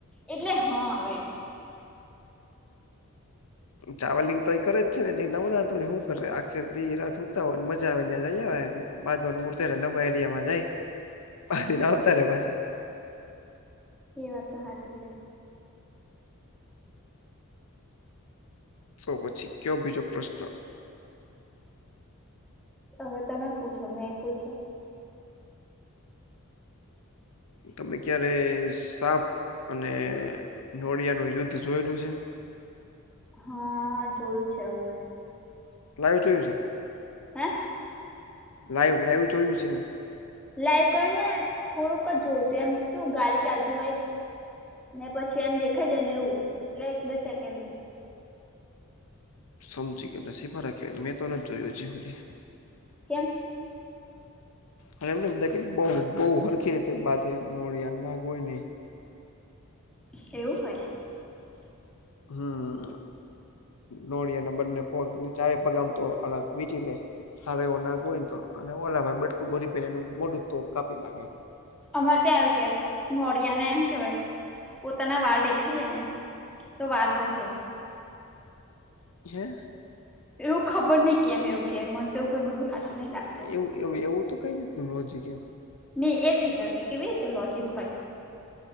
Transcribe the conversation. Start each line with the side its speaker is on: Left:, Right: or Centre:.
Centre: એટલે હા હવે.
Left: ચાવલિંગ તો એ કરે જ છે ને એ નવરા હો શું કરે આખ દી રાત ઉતા હોય ને મજા આવે અહં જઈ આવે. બાદવાર મૂરતા નવા એરિયામાં જાય, પાછીને આવતા રે પાછા.
Centre: એ વાત તો સાચી છે.
Left: તો પછી કયો બીજો પ્રશ્ન?
Centre: હવે તમે પૂછો મેં એ પૂછો.
Left: તમે ક્યારે સાપ અને નોળિયાનું યુદ્ધ જોયેલું છે?
Centre: હા જોયું છે હું એ.
Left: લાઈવ જોયું છે?
Centre: હ?
Left: લાઈવ લાઈવ જોયું છે એમ
Centre: લાઈવ કરી ને થોડુંક જ જોયુંતુ એમ તો ગાડી ચાલતી હોય. ને પછી એમ દેખાય જાય ને એવું એટલે એક બે સેકન્ડ નું
Left: સમજી ગયો નસીફાર કે મેં તોને જોયું હજી હુધી
Centre: કેમ
Left: અને એમને બધા કક બઉ બહુ હરખી રીતે બાત એમન <unintelligible> હોય નહી
Centre: એવું હોય
Left: હમ્મ, નોળયાના બંને પગને ચારે પગ આમ તો અલગ વીતી લે હારો એવો નાગ હોય તો અને ઓલા ભાઈ બટકું ભરી ભ એનું મોટું તો કાપી નાખે
Centre: અમારે ત્યાં આવ્યું કે નોરિયાને એું કેહેવાય પોતાના વાર દેખા્યા ને તો વાળ વધે
Left: હે
Centre: એવું ખબર નઈ કેમ એવું કે તેવું કોઈ બધું હાચું નહી લાગતું.
Left: એવું એવું એવું તો કઈ રીતનું લોજીક એમ
Centre: મેં એજ વિચાર કે કેવી રીતે લોજિક હોય.